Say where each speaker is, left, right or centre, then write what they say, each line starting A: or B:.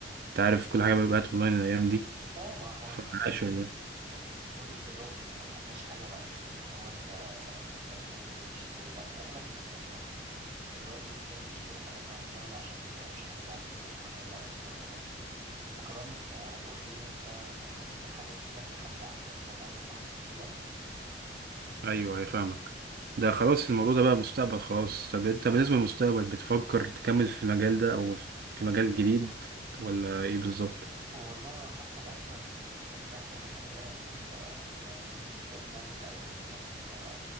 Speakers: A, on the right; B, on the right.
A: انت عارف كل حاجه بقت اونلاين الايام دي
B: اه ما هو
A: فعاش
B: التقدم
A: والله
B: التقدم التكنولوجي دلوقتي ما بخلاش حاجة بقت اللي هو انت محتاج تنزل وتشتري لا اغلب الناس اصلا دلوقتي بتحب تشتري حاجاتها اونلاين عشان ما تتعبش نفسها في انها تروح هنا او تروح هنا وكمان انت هتروح ليه وانت م- ممكن الحاجة تجيلك لحد عندك ففاهم الكونسبت ده
A: ايوه ايوه فاهمك ده خلاص الموضوع ده بقى مستقبل خلاص طب انت بالنسبه للمستقبل بتفكر تكمل في المجال ده او في مجال جديد ولا ايه بالظبط
B: والله وحتى الان انا م- مرتاح في المكان اللي انا فيه ف يعني لسه مش ببلان لاي حاجة تانية ف